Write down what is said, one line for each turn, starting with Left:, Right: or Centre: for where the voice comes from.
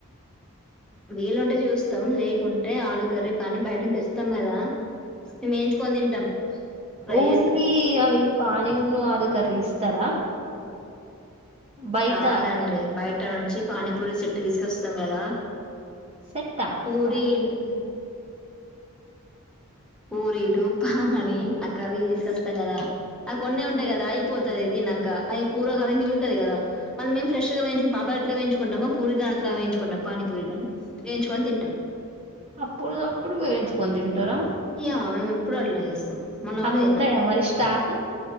Centre: వీలుంటే చూస్తాం లేకుంటే ఆలు కర్రీ పానీ బయటం తెస్తాం కదా మేము వేయించుకొని తింటాం ఫ్రై
Right: ఓన్లీ
Centre: చేస్తాం
Right: అవి పాని ఉన్ అది కర్రీ ఇస్తారా బయట
Centre: కాదండి బయట ట నుంచి పానీపూరి సెట్టు తీసుకొస్తాం కదా
Right: సెట్టా
Centre: పూరీలు
Right: అ-
Centre: పూరీలు పానీ ఆ కర్రీ తీసేస్తాం కదా ఆ కొన్నే ఉంటాయి కదా అయిపోతుంది తిన్నాక ఆ పూరి కర్రీ మిగుల్తది కదా మనమేం ఫ్రెష్ గా వేయించు పాపడ్ ఎట్ల వేయించుకుంటామో పూరీ దాని అట్లా వేయించుకుంటాం పానీ పూరి వేయించుకొని తింటాం
Right: అప్పటిఅప్పుడు వేయించుకొని తింటారా
Centre: య మేము ఎప్పుడు అట్లనే చేస్తాం మొన్న
Right: అవి
Centre: కూడా తిన్నాం
Right: ఉంటాయా మరి స్టాక్